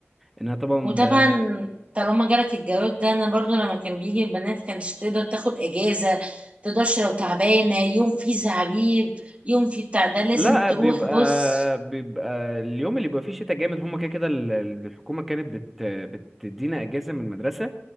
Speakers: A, in the centre; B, on the right (about 30°).
A: ان انا طبعا
B: وطبعا
A: ب...
B: طالما جالك الجواب ده انا برضو لما كان بيجي البنات كانتش تقدر تاخد اجازه تقدرش لو تعبانه يوم فيه زعبيب يوم فيه بتاع ده لازم
A: لا
B: تروح
A: بيبقى
B: بص
A: بيبقى اليوم اللي بيبقى فيه شتاء جامد هما كده كده ال- ال- الحكومة كانت بت بتدينا اجازة من المدرسة